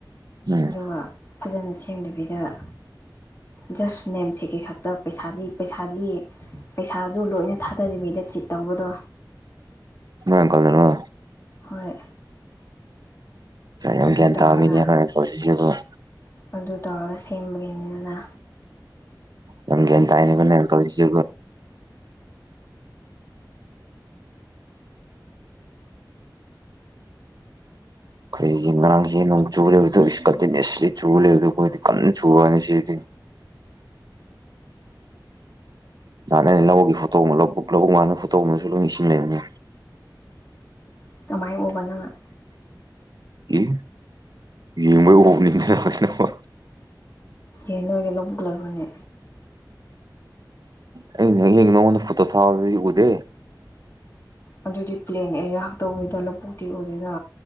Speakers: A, on the right; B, on the left.
A: ꯎꯝ
B: ꯑꯗꯨꯒ ꯐꯖꯅ ꯁꯦꯝꯗꯕꯤꯗꯕ ꯖꯁ ꯅꯦꯝꯁꯦ ꯀꯩ ꯈꯛꯇ ꯄꯩꯁꯥꯗꯤ ꯄꯩꯁꯥꯗꯤ ꯄꯩꯁꯥꯁꯨ ꯂꯣꯏꯅ ꯊꯥꯗꯕꯤꯗ ꯆꯤꯠ ꯇꯧꯕꯗꯣ
A: ꯌꯦꯡ ꯀꯜꯗꯔ
B: ꯍꯣꯏ
A: ꯌꯥꯝ
B: ꯑꯗꯨ ꯇꯧꯔꯒ
A: ꯇ ꯌꯥꯕꯨꯣ
B: ꯑꯗꯨ ꯇꯧꯔꯒ ꯁꯦꯝꯕꯒꯤꯅꯤ ꯑꯗꯨꯅ
A: ꯅꯪ ꯑꯦꯇ ꯍꯥꯏꯅꯤ ꯀ ꯀꯁꯤ ꯑꯩꯈꯣꯏꯒꯤ ꯉꯔꯥꯡ ꯍ ꯅꯣꯡ ꯆꯨ ꯂꯩꯦꯕꯗꯁꯨ ꯀꯟꯇꯤꯅꯤꯁꯂꯤ ꯆꯨ ꯂꯩꯦꯕꯗꯣ ꯑꯩꯈꯣꯏ ꯀꯟꯅ ꯆꯨꯕ ꯍꯥꯏꯅ ꯁꯤꯗꯤ ꯅꯍꯥꯟꯅ ꯑꯩꯅ ꯂꯧꯕꯒꯤ ꯐꯣꯇꯣ ꯑꯃꯛ ꯂꯧꯕꯨꯛ ꯂꯧꯕꯨꯛ ꯉꯅ ꯐꯣꯇꯣꯒꯁꯨ ꯂꯣꯏ ꯏꯁꯤꯟꯅꯕꯅꯤ
B: ꯀꯃꯥꯏꯅ ꯎꯕ ꯅꯪꯅ
A: ꯑꯦ ꯌꯦꯡꯕ ꯑꯣꯕꯅꯤꯡ ꯆꯦ ꯅꯃ
B: ꯑꯦ ꯅꯣꯏꯗꯤ ꯂꯧꯕꯨꯛ ꯂꯩꯈ꯭ꯔꯅꯦ
A: ꯍ ꯅꯉꯣꯟꯗ ꯐꯠꯇꯣ ꯊꯥꯗ ꯏꯕꯨꯗꯦ
B: ꯑꯗꯨꯗꯤ ꯄ꯭ꯂꯦꯟ ꯑꯦꯔꯤꯌꯥ ꯈꯛꯇ ꯑꯣꯏꯗ꯭ꯔꯣ ꯂꯧꯕꯨꯛꯇꯤ ꯎꯗꯣꯏꯗ